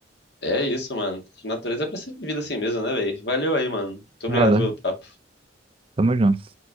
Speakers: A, on the left; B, on the right.
A: É isso, mano. Natureza é pra ser vivida assim mesmo, né, velho? Valeu aí, mano. Muito obrigado
B: Valeu,
A: pelo papo.
B: tamo junto.